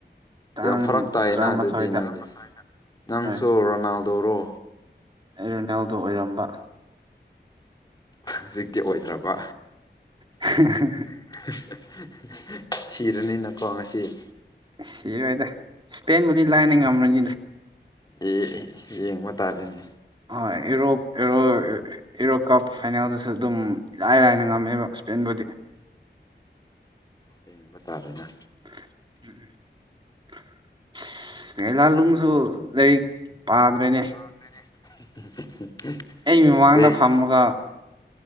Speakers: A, on the right; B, on the left.
A: ꯇꯥꯡ
B: ꯌꯥꯝ ꯐꯔꯛ ꯇꯥꯏꯌꯦꯅ
A: ꯇꯔꯥꯃꯥꯊꯣꯏꯗ
B: ꯑꯗꯨꯗꯤ ꯅꯣꯏꯒꯤ ꯅꯪꯁꯨ
A: ꯍꯣꯏ
B: ꯔꯣꯅꯥꯜꯗꯣꯔꯣ
A: ꯑꯩ ꯔꯣꯅꯦꯜꯗꯣ ꯑꯣꯏꯔꯝꯕ
B: ꯍꯧꯖꯤꯛꯇꯤ ꯑꯣꯏꯗ꯭ꯔꯕ
A: ꯍꯥ ꯍꯥ ꯍꯥ
B: ꯍ ꯍ ꯍꯥ ꯁꯤꯔꯅꯤꯅꯀꯣ ꯉꯁꯤ
A: ꯁꯤꯔꯣꯏꯗ ꯏꯁꯄꯦꯟꯕꯨꯗꯤ ꯂꯥꯏꯅ ꯉꯝꯔꯅꯤ
B: ꯑꯦ ꯑꯦ ꯌꯦꯡꯕ ꯇꯥꯔꯦꯅꯦ
A: ꯍꯣꯏ ꯑꯦꯔꯣꯞ ꯑꯦꯔꯣ <unintelligible> ꯑꯦꯔꯣ ꯀꯞ ꯐꯥꯏꯅꯦꯜꯗꯁꯨ ꯑꯗꯨꯝ ꯏꯂꯥꯏ ꯂꯥꯏꯅ ꯉꯝꯃꯦꯕ ꯁ꯭ꯄꯦꯟꯕꯨꯗꯤ
B: ꯌꯦꯡꯕ ꯇꯥꯔꯦꯅ
A: <unintelligible> ꯁꯨ ꯂꯥꯏꯔꯤꯛ ꯄꯥꯗ꯭ꯔꯦꯅꯦ
B: <unintelligible>
A: ꯑꯩ ꯃꯃꯥꯡꯗ
B: ꯗꯦꯛ
A: ꯐꯝꯃꯒ